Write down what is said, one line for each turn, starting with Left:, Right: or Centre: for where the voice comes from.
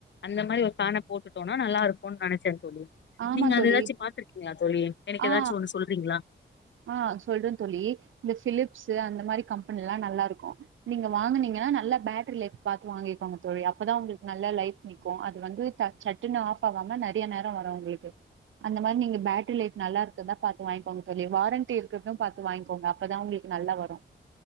Left: அந்த மாரி ஒரு ஃபேன போட்டுட்டோம்னா நல்லா இருக்கும்னு நெனைச்சே தோழி
Right: ஆமா
Left: நீங்க அது
Right: தோழி
Left: ஏதாச்சு பாத்துருக்கீங்களா தோழி எனக்கு
Right: ஆ
Left: ஏதாச்சு ஒண்ணு சொல்றீங்களா
Right: ஆ சொல்றே தோழி இந்த பிலிப்ஸ்ஸூ அந்த மாரி கம்பெனி எல்லா நல்லா இருக்கு நீங்க வாங்கனீங்கன்னா நல்லா பேட்டரி லைஃப் பாத்து வாங்கிக்கோங்க தோழி அப்பதா உங்களுக்கு நல்லா லைஃப் நிக்கு அது வந்து சட்டுன்னு ஆஃப் ஆகாம நெறைய நேர வரும் உங்களுக்கு அந்த மாரி நீங்க பேட்டரி லைஃப் நல்லா இருக்குதா பாத்து வாங்கிக்கோங்க தோழி வாரண்ட்டி இருக்குரத பாத்து வாங்கிக்கோங்க அப்பதா உங்களுக்கு நல்லா வரு